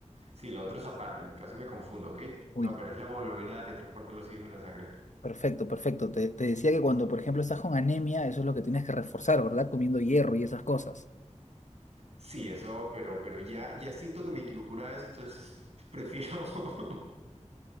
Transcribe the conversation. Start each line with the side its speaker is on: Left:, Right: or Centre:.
Right: Sí, lo otro es aparte, me- casi me confundo, ¿ok?
Left: Uy,
Right: No, pero es la hemoglobina la que transporta el oxígeno en la sangre.
Left: perfecto, perfecto. Te, te decía que cuando, por ejemplo, estás con anemia, eso es lo que tienes que reforzar, ¿verdad? Comiendo hierro y esas cosas.
Right: Sí, eso, pero, pero ya, ya siento que me equivoco una vez, entonces <laughs> prefiero <laughs>